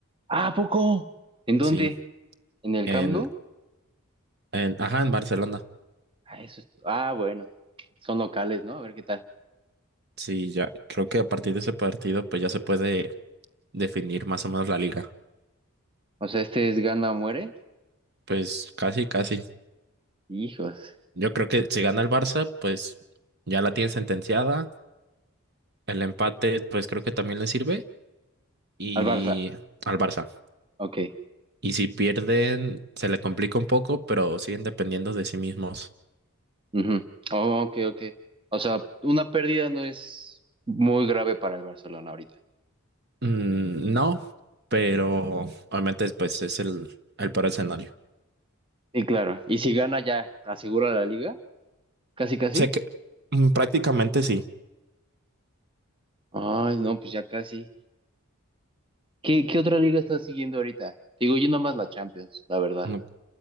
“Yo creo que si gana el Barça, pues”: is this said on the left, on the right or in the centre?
Right